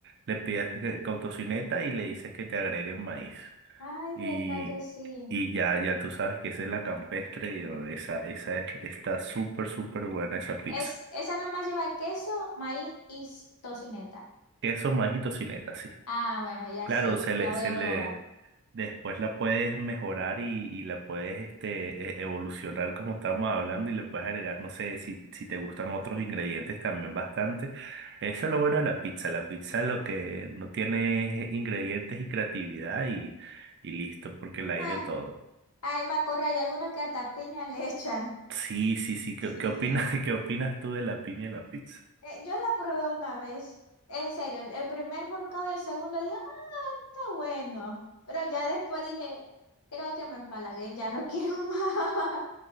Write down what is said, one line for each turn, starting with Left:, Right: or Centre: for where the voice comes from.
Right: le pides que- con tocineta y le dices que te agreguen maíz.
Left: Ay,
Right: Y,
Left: verdad que sí.
Right: y ya, ya tú sabes que esa es la campestre, y, oh, esa, esa es- está súper, súper buena esa pizza.
Left: Es, esa nomás lleva queso, maíz y s- tocineta.
Right: Queso, maíz y tocineta, sí.
Left: Ah, bueno, ya
Right: Claro,
Left: sé.
Right: se
Left: La
Right: le,
Left: voy
Right: se
Left: a
Right: le,
Left: probar.
Right: después la puedes mejorar y, y la puedes este, e- evolucionar como estábamos hablando y le puedes agregar, no sé, si, si te gustan otros ingredientes también bastante. Eso es lo bueno de la pizza. La pizza lo que uno tiene es ingredientes y creatividad y, y listo, porque la hay
Left: Ah,
Right: de todo.
Left: Ay, Macorra, hay algunos que hasta piña le echan.
Right: Sí, sí, sí.
Left: <laughs>
Right: ¿Qué,
Left: Sí.
Right: qué opinas, <laughs> qué opinas tú de la piña y la pizza?
Left: Eh, yo la probé una vez. En serio, el, el primer volcado y el segundo dije, ah, está bueno. Pero ya después dije, creo que me empalagué, ya no quiero <laughs> más.